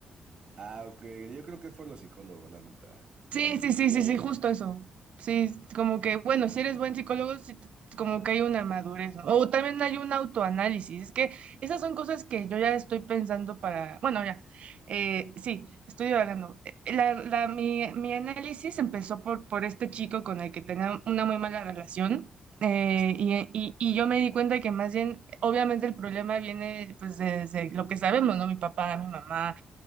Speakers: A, on the right; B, on the right.
A: Ah, ok. Yo creo que es por los psicólogos, la neta. Y...
B: Sí, sí, sí, sí, sí, justo eso. Sí, como que, bueno, si eres buen psicólogo, sí t- como que hay una madurez, ¿no? O también hay un autoanálisis. Es que esas son cosas que yo ya estoy pensando para, bueno, ya, eh, sí, estoy divagando. Eh, La, la- mi, mi análisis empezó por, por este chico con el que tenía una muy mala relación. eh,
A: Sí,
B: y, eh, y, y yo me di cuenta que más bien, obviamente el problema viene pues desde lo que sabemos, ¿no? Mi papá, mi mamá